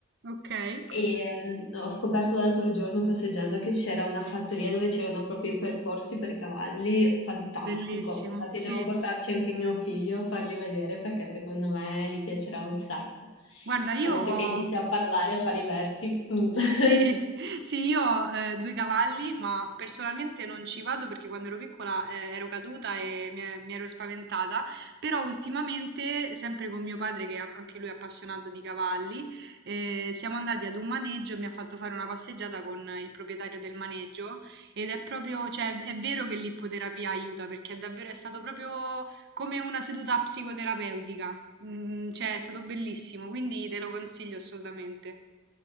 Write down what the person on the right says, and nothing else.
Okay,
bellissimo,
sì.
Guarda,
io ho
Sì, sì, io ho eh, due cavalli, ma personalmente non ci vado perché quando ero piccola eh, ero caduta e mi, e- mi ero spaventata, però ultimamente, sempre con mio padre, che è- anche lui è appassionato di cavalli, eh, siamo andati ad un maneggio e mi ha fatto fare una passeggiata con il proprietario del maneggio ed è proprio, cioè è vero che l'ippoterapia aiuta perché è davvero, è stato proprio come una seduta psicoterapeutica, Mm, cioè è stato bellissimo, quindi te lo consiglio assolutamente.